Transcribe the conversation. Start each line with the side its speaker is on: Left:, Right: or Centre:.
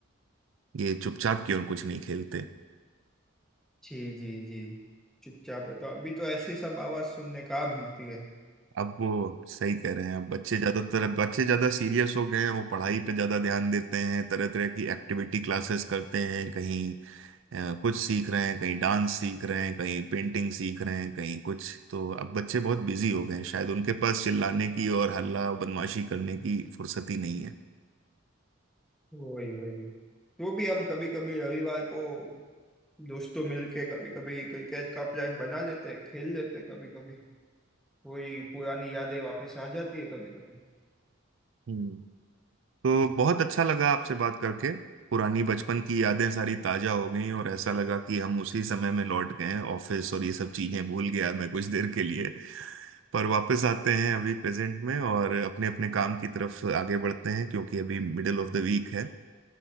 Right: ये चुपचाप क्यों कुछ नहीं खेलते
Centre: जी जी जी चुपचाप है तो अभी तो ऐसी सब आवाज सुनने का मिलती है
Right: अब वो सही कह रहे हैं अब बच्चे ज्यादातर अब बच्चे ज्यादा सीरियस हो गए हैं वो पढ़ाई पे ज्यादा ध्यान देते हैं तरह तरह की एक्टिविटी क्लासेस करते हैं कहीं अ, कुछ सीख रहे हैं कहीं डांस सीख रहे हैं कहीं पेंटिंग सीख रहे हैं कहीं कुछ तो अब बच्चे बहुत बिजी हो गए हैं शायद उनके पास चिल्लाने की और हल्ला बदमाशी करने की फुर्सत ही नहीं है
Centre: वही वही तो भी हम कभी कभी रविवार को दोस्तों मिलके कभी कभी क्रिकेट का प्लान बना लेते हैं खेल लेते हैं कभी कभी वही पुरानी यादें वापस आ जाती है कभी कभी
Right: हम्म। तो बहुत अच्छा लगा आपसे बात करके पुरानी बचपन की यादें सारी ताजा हो गई और ऐसा लगा कि हम उसी समय में लौट गए हैं ऑफिस और ये सब चीजें भूल गया मैं कुछ देर के लिए पर वापस आते हैं अभी प्रेजेंट में और अपने अपने काम की तरफ आगे बढ़ते हैं क्योंकि अभी मिडिल ऑफ द वीक है